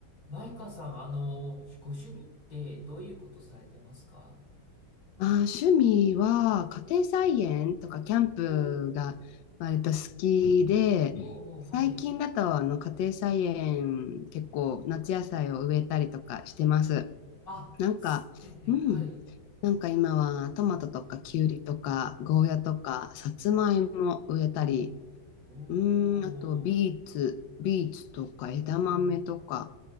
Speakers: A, on the left; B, on the left.
A: マイカさん、あの、ご趣味ってどういうことされてますか
B: あー、趣味は家庭菜園とかキャンプが割と好きで、
A: おー
B: うん最近だとあの家庭菜園結構夏野菜を植えたりとかしてます。
A: おー、おーはい。あ、
B: なんか、
A: すえ、え、
B: うん、
A: はい。
B: なんか今はトマトとかキュウリとかゴーヤとかさつまいも植えたり、
A: うんうんおー、おー、
B: うん、あとビーツ、ビーツとか枝豆とか
A: おー、